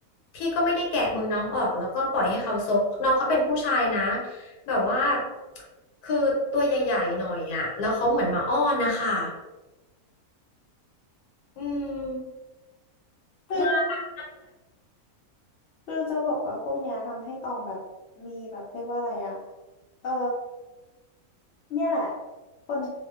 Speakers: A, on the left; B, on the left.
A: พี่ก็ไม่ได้แกะมือน้องออกแล้วก็ปล่อยให้เขาซกน้องเขาเป็นผู้ชายนะ แบบว่า คือตัวใหญ่ๆหน่อยอ่ะแล้วเขาเหมือนมาอ้อนนะคะ อืม
B: คือ
A: น่ามาก
B: คือจะบอกว่าพวกเนี้ยทำให้ตองแบบมีแบบเรียกว่าอะไรอะเออเนี่ยแหละคน